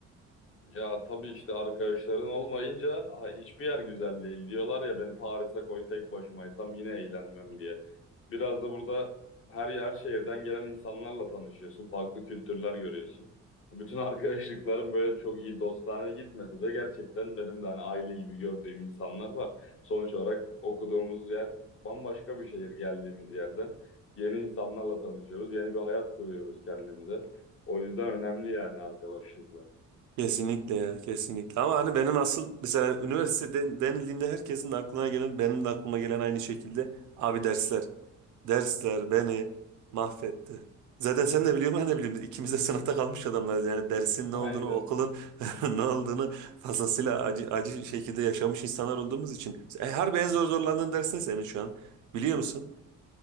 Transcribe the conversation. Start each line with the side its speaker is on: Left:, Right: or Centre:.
Left: Ya tabii işte arkadaşların olmayınca ha, hiçbir yer güzel değil diyorlar ya beni Paris'e koy tek başımaysam yine eğlenmem diye. Biraz da burada her yer şehirden gelen insanlarla tanışıyorsun, farklı kültürler görüyorsun. Bütün arkadaşlıklarım böyle çok iyi dostane gitmese de gerçekten benim de hani aile gibi gördüğüm insanlar var. Sonuç olarak okuduğumuz yer bambaşka bir şehir geldiğimiz yerden. Yeni insanlarla tanışıyoruz, yeni bir hayat kuruyoruz kendimize. O yüzden önemli yani arkadaşlıklar.
Right: Kesinlikle ya kesinlikle ama hani benim asıl mesela üniversite den- denildiğinde herkesin de aklına gelen benim de aklıma gelen aynı şekilde abi dersler. Dersler beni mahvetti. Zaten sen de biliyorsun ben de biliyorum Biz ikimiz de sınıfta kalmış adamlarız yani dersin ne
Left: <laughs> Aynen.
Right: olduğunu okulun <laughs> ne olduğunu fazlasıyla acı, acı şekilde yaşamış insanlar olduğumuz için. E, harbi en zor zorlandığın ders ne senin şu an biliyor musun?